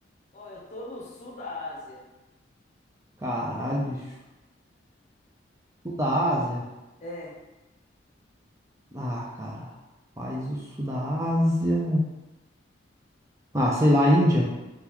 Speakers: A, on the left; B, on the right.
A: Ó, eu tô no sul da Ásia.
B: Caralho, bicho. Sul da Ásia.
A: É,
B: Ah, cara, país do Sul da Ásia. Ah, sei lá, Índia.